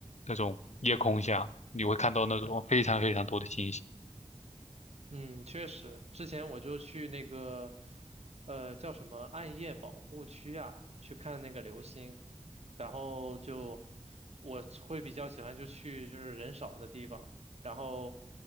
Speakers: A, on the left (about 75°); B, on the right (about 65°).
A: 那种夜空下，你会看到那种非常非常多的星星。
B: 嗯，确实，之前我就去那个，呃，叫什么暗夜保护区啊，去看那个流星，然后就我会比较喜欢就去就是人少的地方，然后